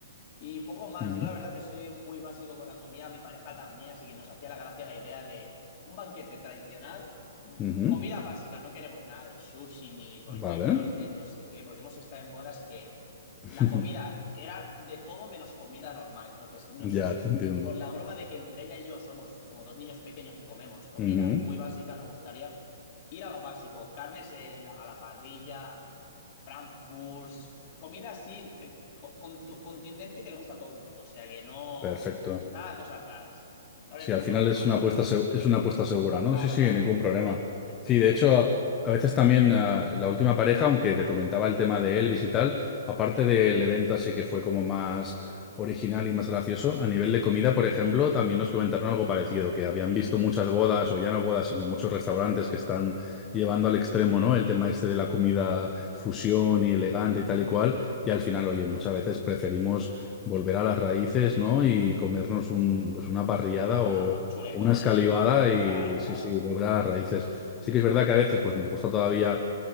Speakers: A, on the left; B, on the left.
A: Y poco más,
B: ujú,
A: yo la verdad que soy muy básico con la comida, mi pareja también, así que nos hacía la gracia la idea de un banquete tradicional, mm,
B: ujú.
A: comida básica, no queremos nada de sushi ni rollitos
B: Vale.
A: de no sé qué, porque hemos estado en bodas que
B: <laughs>
A: la comida era de todo menos comida normal, entonces nos,
B: Ya te entiendo.
A: por la broma de que entre ella y yo somos como dos niños pequeños que comemos comida
B: Ujú,
A: muy básica, nos gustaría ir a lo básico, carnes en la- a la parrilla Frankfurt, comida así, que- co- con, tu- contundente que le gusta a todo el mundo. O sea que no.
B: Perfecto.
A: Nada de cosas raras. No habría
B: Sí,
A: ningún
B: al final
A: problema,
B: es
A: ¿no?
B: una apuesta, seg- es una apuesta segura, ¿no?
A: Claro,
B: Sí, sí,
A: claro.
B: ningún problema.
A: Perfecto.
B: Sí, de hecho, a a veces también ah, la última pareja, aunque te comentaba el tema de Elvis y tal, aparte del evento así que fue como más original y más gracioso, a nivel de comida, por ejemplo, también nos comentaron algo parecido, que habían visto muchas bodas, o ya no bodas, sino muchos restaurantes que están llevando al extremo, ¿no? El tema este de la comida fusión y elegante
A: Ujú.
B: y tal y cual, y al final, oye, muchas veces preferimos volver a las raíces, ¿no? Y comernos un, pues una parrillada
A: Claro,
B: o
A: chuletón
B: una escalivada
A: ahí.
B: y
A: Claro, claro.
B: sí, sí, volver a las raíces. Sí que es verdad que a veces pues nos gusta todavía